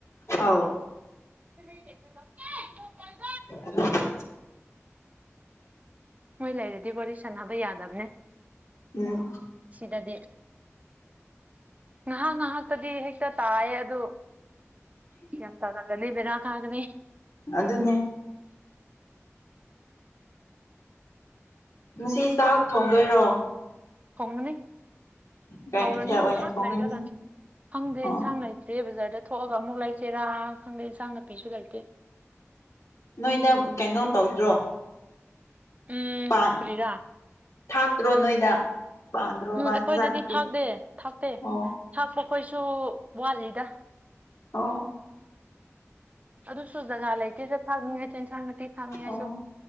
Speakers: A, on the left; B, on the right.
A: ꯑꯧ
B: ꯊ
A: <inaudible>
B: ꯃꯣꯏ ꯂꯩꯔꯗꯤ ꯋꯥꯔꯤꯕ ꯁꯥꯟꯅꯕ ꯌꯥꯗꯕꯅꯦ
A: ꯎꯝ
B: ꯁꯤꯗꯗꯤ ꯉꯥꯏꯍꯥꯛ ꯉꯥꯏꯍꯥꯛꯇꯗꯤ ꯍꯦꯛꯇ ꯇꯥꯏꯌꯦ ꯑꯗꯨ ꯌꯦ ꯇꯒꯂ ꯂꯩꯕꯤꯔ ꯀꯒꯅꯦ
A: ꯑꯗꯨꯅꯦ ꯉꯁꯤ ꯆꯥꯛ ꯊꯣꯡꯗꯣꯏꯔꯣ
B: ꯀꯉꯅꯤ
A: ꯀꯩ
B: ꯍꯧꯔꯅꯤ
A: ꯃꯊꯦꯜ ꯑꯣꯏꯅ
B: ꯉꯥꯏꯍꯥꯛ
A: ꯊꯣꯡꯉꯅꯤ
B: ꯂꯥꯏꯔꯒ ꯐꯪꯗ꯭ꯔꯦ
A: ꯑꯣ
B: ꯏꯟꯁꯥꯡ ꯂꯩꯇ꯭ꯔꯦ ꯕꯖꯥꯔꯗ ꯊꯣꯛꯑꯒ ꯑꯃꯨꯛ ꯂꯩꯁꯦꯔꯥ ꯈꯪꯗꯦ ꯏꯟꯁꯥꯡ ꯅꯥꯄꯤꯁꯨ ꯂꯩꯇꯦ
A: ꯅꯣꯏꯗ ꯀꯩꯅꯣ ꯇꯧꯗ꯭ꯔꯣ
B: ꯎꯝ
A: ꯄ
B: ꯀꯔꯤꯔꯥ
A: ꯊꯥꯛꯇ꯭ꯔꯣ ꯅꯣꯏꯗ ꯄꯥꯟꯗ꯭ꯔꯣꯕ
B: ꯎꯝ ꯑꯩꯈꯣꯏꯗꯗꯤ
A: ꯍꯤꯟꯖꯥꯡ ꯅꯥꯄꯤ
B: ꯊꯥꯛꯇꯦ ꯊꯥꯛꯇꯦ
A: ꯑꯣ
B: ꯊꯥꯛꯄꯈꯣꯏꯁꯨ ꯋꯥꯠꯂꯤꯗ
A: ꯑ
B: ꯑꯗꯨꯁꯨ ꯖꯒꯥ ꯂꯩꯇꯦꯗ ꯊꯥꯛꯅꯤꯡꯉꯥꯏꯁꯨ ꯑꯦꯟꯁꯥꯡ ꯅꯥꯇꯤ ꯊꯥꯛꯅꯤꯡꯉꯥꯏꯁꯨ
A: ꯑꯣ